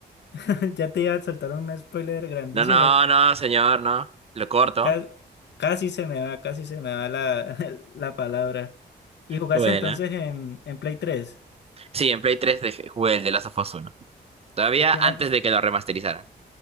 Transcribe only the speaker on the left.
<laughs> ya te iba a soltar un spoiler grandísimo.
Ca- casi se me va, casi se me va la, <laughs> la palabra. ¿Y jugaste
entonces en, en Play tres
¿Y qué más?